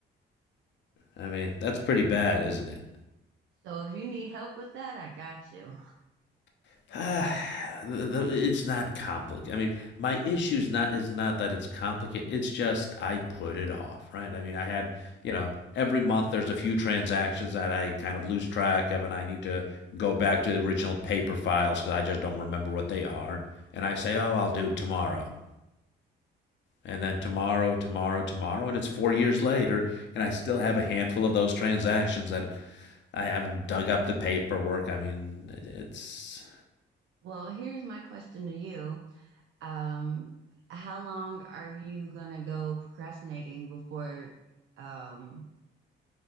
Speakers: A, on the left; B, on the right.
A: I mean, that's pretty bad, isn't it?
B: So if you need help with that, I got you.
A: <sighs> Uh, the, the, it's not complicated. I mean, my issue's not is not that it's complicated. It's just I put it off, right? I mean, I had you know every month there's a few transactions that I kind of lose track of, and I need to go back to the original paper files because I just don't remember what they are. And I say, oh, I'll do it tomorrow, and then tomorrow, tomorrow, tomorrow, and it's four years later, and I still have a handful of those transactions that I haven't dug up the paperwork. I mean, it's
B: Well, here's my question to you. Um, how long are you gonna go procrastinating before um